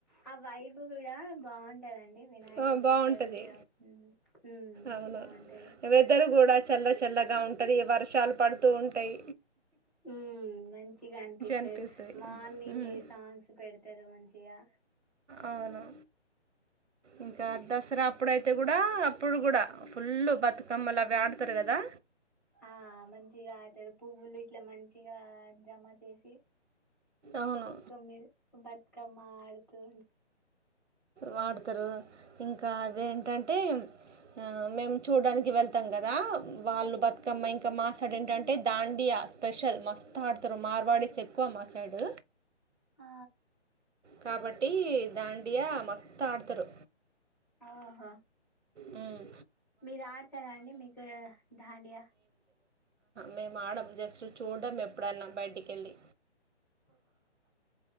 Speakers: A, in the centre; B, on the right.
A: ఆ వైబు గుడా బాగుంటదండి వినాయక
B: ఆ,
A: చతుర్థప్
B: బాగుంటుంది
A: ఉమ్ ఉమ్మ్
B: అవును
A: బాగుంటది
B: వెదర్ కూడా చల్ల చల్లగా ఉంటది వర్షాలు పడుతూ ఉంటయ్
A: ఉ మంచిగా అనిపిస్తది
B: అనిపిస్తుంది
A: మార్నింగ్
B: ఉమ్.
A: ఏ సాంగ్స్ పెడతరు మంచిగా
B: అవును ఇంకా దసరా అప్పుడైతే కూడా అప్పుడు కూడా ఫుల్లు బతుకమ్మలవి ఆడుతారు గదా
A: ఆ మంచిగా అడుతరు పువ్వులు ఇట్లా మంచిగా జమ చేసి
B: అవును
A: తొమ్మిది బతుకమ్మ ఆడుతూ
B: వాడతరు ఇంకా అవెంటంటే ఆ మేమ్ చూడానికి వెళ్తాం కదా వాళ్ళు బతుకమ్మ ఇంకా మాసైడ్ ఏంటంటే దాండి యా స్పెషల్ మస్తఆడ్తర్ మార్వాడీస్ ఎక్కువ మా సైడు
A: ఆ
B: కాబట్టి దాండియా మస్త్ ఆడ్తరు
A: ఆహ్
B: ఉమ్
A: మీరడుతారాండి మీకు దాండియా
B: మేమ్ ఆడం జస్ట్ చూడ్డమే ఎప్పుడన్నా బయటికెళ్ళి
A: ఓ